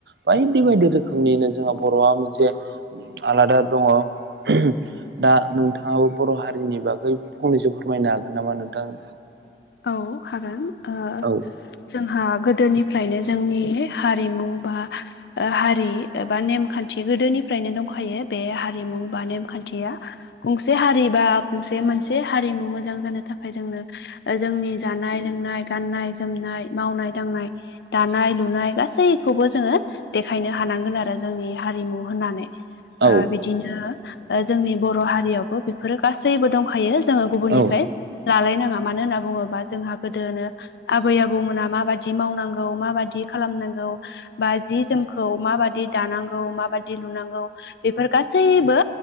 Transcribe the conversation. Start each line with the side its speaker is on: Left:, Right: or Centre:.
Right: बायदि बायदि रोखोमनिनो जोंहा बर'आ मोनसे आलादा दङ उम दा नोंथांआबो बर' हारिनि बागै फंनैसो फोरमायनो हागोन नामा नोंथां?
Left: औ हागोन ओ
Right: औ
Left: जोंहा गोदोनिफ्रायनो जोंनि हारिमु बा ओ हारि एबा नेमखान्थि गोदोनिफ्रायनो दंखायो बे हारिमु बा नेमखान्थिआ गंसे हारि बा गंसे मोनसे हारिमु मोजां जानो थाखाय जोंनो ओ जोंनि जानाय लोंनाय गाननाय जोमनाय मावनाय दांनाय दानाय लुनाय गासैखौबो जोङो देखायनो हानांगोन आरो जोंनि हारिमु होननानै ओ
Right: औ
Left: बिदिनो ओ जोंनि बर' हारिआवबो बेफोरो गासैबो दंखायो जोङो गुबुननिफ्राय
Right: औ
Left: लालायनांआ मानो होना बुं बुङोबा जोंहा गोदोनो आबै आबौमोना माबादि मावनांगौ माबादि खालामनांगौ बा जि जोमखौ माबादि दानांगौ माबादि लुनांगौ हो बेफोर गासैबो